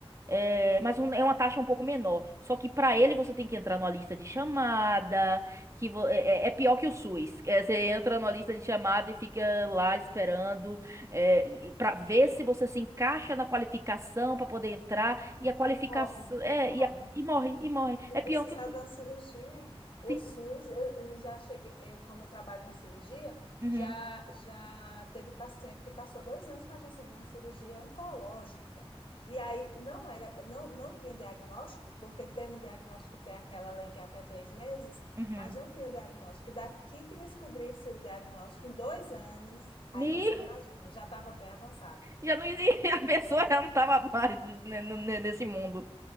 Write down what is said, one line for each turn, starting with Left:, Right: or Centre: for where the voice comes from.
Right: É, mas um- é uma taxa um pouco menor. Só que para ele você tem que entrar numa lista de chamada, que vo- é, é- é pior que o SUS. É, você entra numa lista de chamada e fica lá esperando é, para ver se você se encaixa na qualificação para poder entrar e a qualificação
Left: Morre,
Right: é
Left: morre.
Right: e, a- e morre e morre.
Left: Se
Right: É
Left: precisar
Right: pior que o SUS.
Left: de uma cirurgia, o
Right: Sim.
Left: SUS, eu eu já cheguei, eu- como eu trabalho em cirurgia,
Right: Uhum.
Left: já, já teve paciente que passou dois anos para conseguir uma cirurgia oncológica. E aí não era, não, não tinha diagnóstico, porque tendo diagnóstico tem aquela lei que é até três meses,
Right: Uhum.
Left: mas não tinha diagnóstico. E daqui que descobrisse o diagnóstico em dois anos, aí
Right: Me...
Left: você imagina, já estava bem avançado.
Right: Já não existia, <laughs> a pessoa já não estava mais ne- ne- nesse mundo.